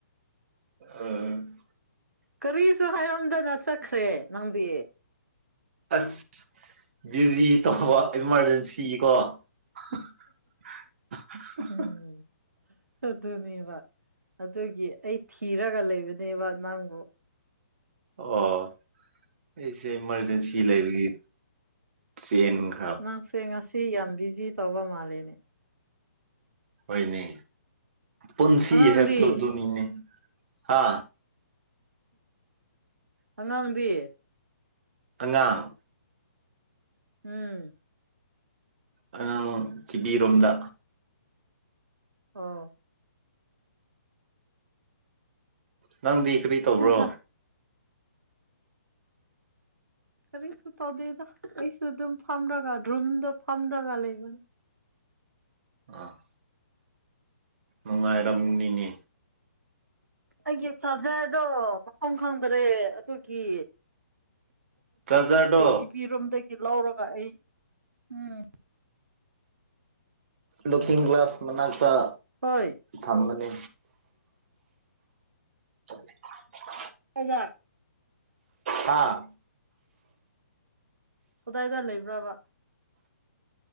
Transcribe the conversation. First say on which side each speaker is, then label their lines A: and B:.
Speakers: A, on the right; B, on the right.
A: ꯎꯝ ꯎꯝ
B: ꯀꯔꯤꯁꯨ ꯍꯥꯏꯔꯝꯗꯅ ꯆꯠꯈ꯭ꯔꯦ ꯅꯪꯗꯤ
A: ꯑꯁ ꯕꯤꯖꯤ ꯇꯧꯕ ꯏꯃꯥꯔꯖꯦꯟ ꯁꯤꯀꯣ <unintelligible>
B: ꯎꯝ ꯑꯗꯨꯅꯦꯕ ꯑꯗꯨꯒꯤ ꯑꯩ ꯊꯤꯔꯒ ꯂꯩꯕꯅꯦꯕ ꯅꯪꯕꯨ
A: ꯑꯣ ꯑꯩꯁꯦ ꯏꯃꯥꯔꯖꯦꯟꯁꯤ ꯂꯩꯕꯒꯤ ꯆꯦꯟꯒ
B: ꯅꯪꯁꯦ ꯉꯁꯤ ꯌꯥꯝ ꯕꯤꯖꯤ ꯇꯧꯕ ꯃꯥꯜꯂꯦꯅꯦ
A: ꯍꯣꯏꯅꯦ ꯄꯨꯟꯁꯤ
B: ꯑꯉꯥꯡꯗꯤ
A: ꯍꯥꯏꯕꯗꯣ ꯑꯗꯨꯅꯤꯅꯦ ꯍꯥ
B: ꯑꯉꯥꯡꯗꯤ
A: ꯑꯉꯥꯡ
B: ꯎꯝ
A: ꯑꯉꯥꯡ ꯇꯤꯕꯤꯔꯣꯝꯗ
B: ꯑꯣ
A: ꯅꯪꯗꯤ ꯀꯔꯤ ꯇꯧꯕ꯭ꯔꯣ
B: ꯍꯩꯍꯥ ꯀꯔꯤꯁꯨ ꯇꯧꯗꯗ ꯑꯩꯁꯨ ꯑꯗꯨꯝ ꯐꯝꯔꯒ ꯔꯨꯝꯗꯣ ꯐꯝꯔꯒ ꯂꯩꯕ
A: ꯑ ꯅꯨꯡꯉꯥꯏꯔꯝꯅꯤꯅꯦ
B: ꯑꯩꯒꯤ ꯆꯥꯖꯔꯗꯣ ꯃꯐꯝ ꯈꯪꯗꯔꯦ ꯑꯗꯨꯒꯤ꯫
A: ꯆꯥꯔꯖꯔꯗꯣ
B: ꯇꯤꯚꯤꯔꯣꯝꯗꯒꯤ ꯂꯧꯔꯒ ꯑꯩ ꯎꯝ꯫
A: ꯂꯨꯀꯤꯡ ꯒꯂꯥꯁ ꯃꯅꯥꯛꯇ꯫
B: ꯍꯣꯏ꯫
A: ꯊꯝꯕꯅꯦ꯫ <unintelligible>
B: ꯑꯩꯗ
A: ꯍꯥꯥ꯫
B: ꯀꯗꯥꯏꯗ ꯂꯩꯕ꯭ꯔꯕ꯫